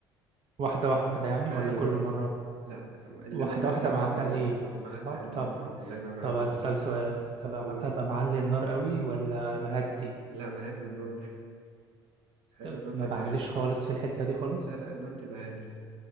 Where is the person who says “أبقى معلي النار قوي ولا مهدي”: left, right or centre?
Right